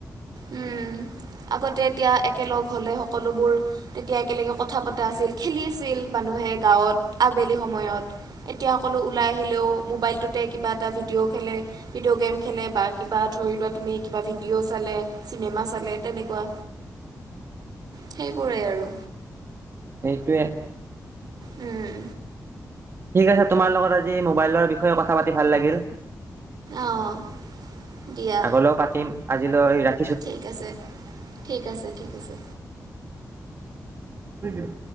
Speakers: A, on the right; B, on the right.
A: উম আগতে এতিয়া একেলগ হ'লে সকলোবোৰ তেতিয়া একেলগে কথা পতা আছিল খেলিছিল মানুহে গাঁৱত আবেলি সময়ত এতিয়া সকলো ওলাই আহিলেও মোবাইলটোতে কিবা এটা ভিডিঅ' খেলে ভিডিঅ' গেম খেলে বা কিবা ধৰি লোৱা তুমি কিবা ভিডিঅ' চালে। চিনেমা চালে। তেনেকুৱা। সেইবোৰেই আৰু
B: সেইটোৱে।
A: উম।
B: ঠিক আছে তোমাৰ লগত আজি মোবাইলৰ বিষয়ে কথা পাত ভাল লাগিল।
A: অঁ দিয়া
B: আগলৈও পাতিম। আজিলৈ ৰাখ।
A: ঠিক আছে ঠিক আছে ঠিক আছে।
B: দি দিয়ক।